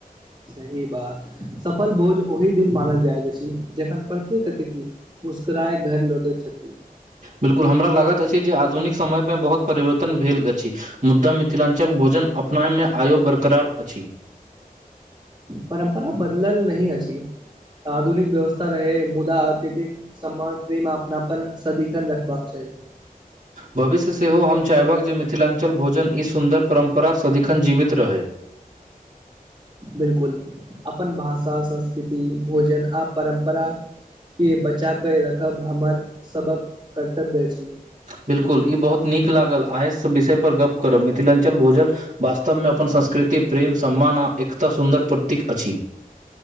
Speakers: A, on the right; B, on the right.
A: सही बात सफल भोज ओहिी दिन मानल जाइत अछि जखन प्रत्येक अतिथि मुस्कराए घर लौटे छैथि
B: बिल्कुल हमरा लागैत अछि जे आधुनिक समयमे बहुत परिवर्तन भेल अछि मुद्दा मिथिलाञ्चल भोजन अपनाय बैमे आईयौ बरकरार अछि
A: परम्परा बदलल नहिअछि आधुनिक व्यवस्था रहै तमुदा आतीथि सम्मान प्रेम अपनापन सदिखन रखबाक चाही
B: भविष्यमे सेहो हम चाहबक जे मिथिलाञ्चल भोजन ई सुन्दर परम्परा सदिखन जीवित रहै
A: बिलकुल अपन भाषा संस्कृति भोजन आ परम्परा ई बचाकऽ राखब हमर सभक कर्तव्य अछि
B: बिल्कुल ई बहुत नीक लागल आय सब विषय पर गप्प करब मिथिलाञ्चल भोजन वास्तवमे अपन संस्कृति प्रेम सम्मान आ एकता सुन्दर प्रतीक अछि